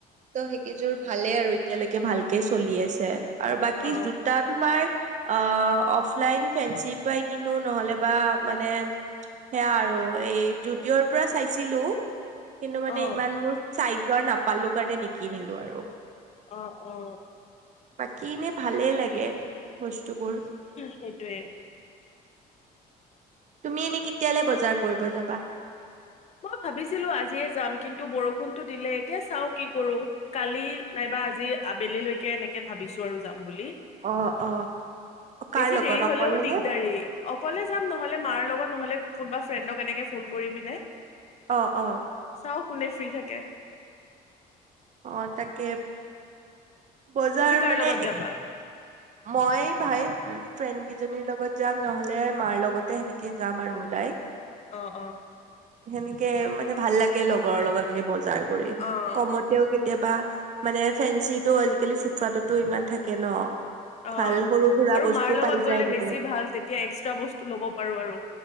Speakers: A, on the right (about 45°); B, on the left (about 40°).
A: ত হেইক। এইযোৰ ভালে আৰু এতিয়ালৈকে ভালকে চলি আছে। আৰু বাকী
B: অ
A: জোতা তোমাৰ অ', অফলাইন ফেঞ্চিৰ পৰাই কিনো নহ'লে বা মানে সেয়া আৰু এই জোদিঅ'ৰ ৰ পৰা চাইছিলো কিন্তু মানে
B: অ
A: ইমান মোৰ চাইজৰ নাপালো কাৰণে নিকি নিলো আৰু।
B: অ অ।
A: বাকী এনেই ভালেই লাগে বস্তুবোৰ
B: সেইটোৱে।
A: তুমি এনে কেতিয়ালে বজাৰ কৰিব যাবা?
B: মই ভাবিছিলো আজিয়ে যাম কিন্তু বৰষুণতো দিলে এতিয়া চাও কি কৰো। কালি নাইবা আজি আবেলিলৈকে এনেকে ভাবিছো আৰু যাম বুলি
A: অ অ কাৰ
B: বেছি
A: লগত
B: দেৰি হ'লেও
A: অকলে
B: দিগদাৰী
A: নে
B: অকলে যাম নহলে মাৰ লগত নহলে কোনবা ফ্ৰেণ্ডক এনেকে ফোন কৰি পিনে
A: অ, অ।
B: চাও কোনে ফ্ৰী থাকে।
A: অ, তাকে বজাৰ
B: তুমি কাৰ
A: মানে
B: লগত
A: এক
B: যাবা
A: মই ভাই ফ্ৰেণ্ড কিজনীৰ লগত যাম নহলে মাৰ লগতে সেনেকে যাম আৰু ওলাই।
B: অ'অ'
A: সেনেকে মানে ভাল লাগে লগৰ লগত এনে বজাৰ কৰি
B: অ
A: কমতেওঁ কেতি কেতিয়াবা মানে ফেঞ্চি টো আজি আজিকালি ফুট ফাটতো ইমান থাকে ন
B: অ
A: ভাল সৰু সুৰা
B: আৰু
A: বস্তু
B: মাৰ লগত
A: পাই
B: গ'লে
A: যায় তাতে
B: বেছি ভাল তেতিয়া এক্সট্ৰা বস্তু ল'ব পাৰো আৰু